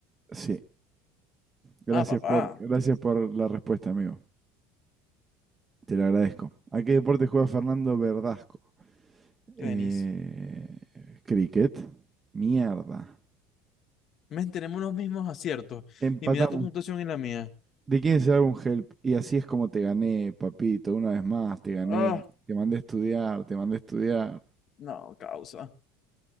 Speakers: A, on the right; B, on the left.
A: sí. Gracias
B: Ah, papá.
A: por, gracias por la respuesta, amigo. Te lo agradezco. ¿A qué deporte juega Fernando Verdasco?
B: Tenis.
A: Eh, cricket. Mierda.
B: Men, tenemos los mismos aciertos.
A: Empatamos.
B: Y mira tu puntuación y la mía.
A: ¿De quién es el álbum Help? Y así es como te gané, papito, una vez más, te gané.
B: Ah,
A: Te mandé a estudiar, te mandé a estudiar.
B: no, causa.